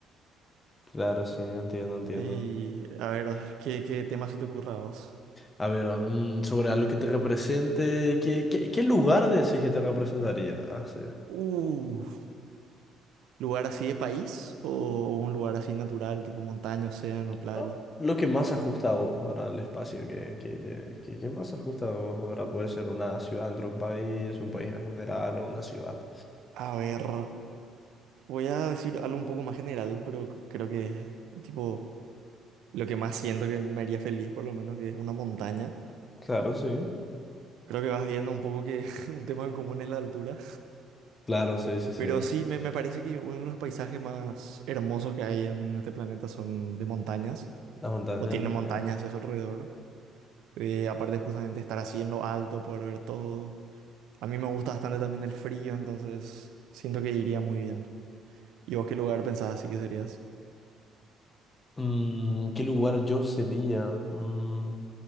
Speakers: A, on the left (about 25°); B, on the right (about 75°).
A: Claro, sí, entiendo, entiendo.
B: Y a ver, ¿qué, qué tema se te ocurra a vos?
A: A ver, ah, mm, sobre algo que te represente, ¿qué, qué, qué lugar decís que te representaría? Ah, sí.
B: Uf. ¿Lugar así de país o un lugar así natural, tipo montaña, océano, playa?
A: Ah, Lo que más ajusta a vos, ¿verdad? El espacio que, que, que, que, que más ajusta a vos, ¿verdad? Puede ser una ciudad dentro de un país, un país en general o una ciudad.
B: A ver, voy a decir algo un poco más general, pero c- creo que tipo lo que más siento que me haría feliz, por lo menos, que es una montaña.
A: Claro, sí.
B: Creo que vas viendo un poco que <laughs> un tema en común es la altura.
A: Claro, sí, sí, sí.
B: Pero sí, me, me parece que uno de los paisajes más hermosos que hay en este planeta son de montañas,
A: Las montañas,
B: o tienen
A: ok.
B: montañas hacia su alrededor. Eh, aparte justamente estar así en lo alto, poder ver todo. A mí me gusta bastante también el frío, entonces siento que iría muy bien. ¿Y vos qué lugar pensás así que serías?
A: Mm, ¿qué lugar yo sería? Mm,